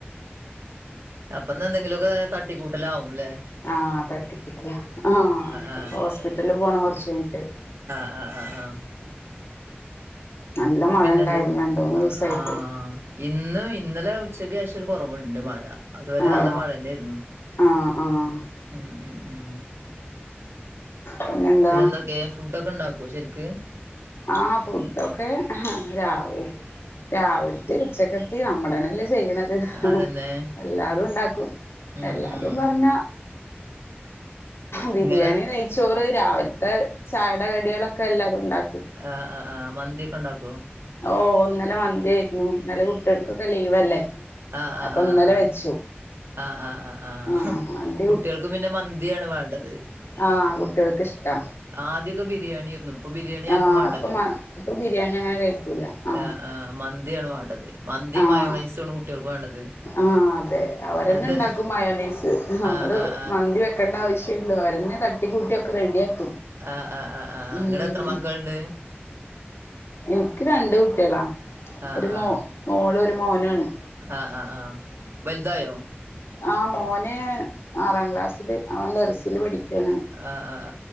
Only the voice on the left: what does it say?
ആഹ തട്ടിക്കുട്ടലാ ആ
ഹോസ്പിറ്റലില് പോണം കൊറച്ച് കഴിഞ്ഞട്ട്.
നല്ല മഴ
ഉണ്ടായിരുന്നു
രണ്ട് മൂന്ന് ദിവസായിട്ട്
ആ
ആ ആ
പിന്നെന്താ
ആഹ് ഫുഡൊക്കെ രാവു രാവിലത്തെ ഉച്ചക്കെത്തീം നമ്മളനെല്ലേ ചെയ്യ്ണത്
എല്ലാതും ഉണ്ടാക്കും
എല്ലാതും
പറഞ്ഞ ബിരിയാണി
നെയ്ച്ചോറ് രാവിലത്തെ ചായയുടെ കടികളൊക്കെ എല്ലാതും ഉണ്ടാക്കും
ഓഹ് ഇന്നലെ മന്ത്യായിരുന്നു ഇന്നലെ കുട്ട്യേള്ക്കൊക്കെ ലീവല്ലേ
അപ്പൊ
ഇന്നലെ വെച്ചു
ആ മന്തി
ആഹ് കുട്ടികൾക്ക് ഇഷ്ടാ
ആ
അപ്പൊ അപ്പൊ ബിരിയാണി അങ്ങനെ കഴിക്കൂല ആ
ആ
ആഹ് അതെ അവര്ന്നെ
ഇണ്ടാക്കും മയോനൈസ് നമ്മള്
മന്തി വെക്കേണ്ട ആവശ്യ അവരെന്നെ തട്ടിക്കൂട്ടിയൊക്കെ റെഡിയാക്കും
ഉം
എനിക്ക് രണ്ട് കുട്ടികളാ
ഒരു
മോ മോള് ഒരു മോനുആണ്
ആഹ് മോന് ആറാം ക്ലാസ്സില് അവൻ ദർസില് പഠിക്ക് പിന്നെ